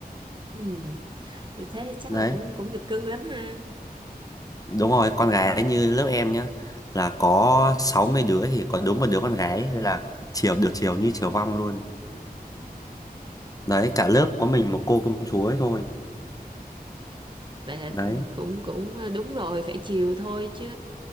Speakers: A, on the right; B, on the left.
A: Ừ. Thì thế thì chắc
B: đấy
A: là cũng cũng được cưng lắm ha.
B: Đúng rồi, con gái như lớp em nhá là có 60 đứa thì có đúng một đứa con gái là chiều được chiều như chiều vong luôn. Đấy, cả lớp có mình một cô công chúa ấy thôi.
A: Vậy là th-
B: Đấy,
A: cũng cũng ờ, đúng rồi phải chiều thôi chứ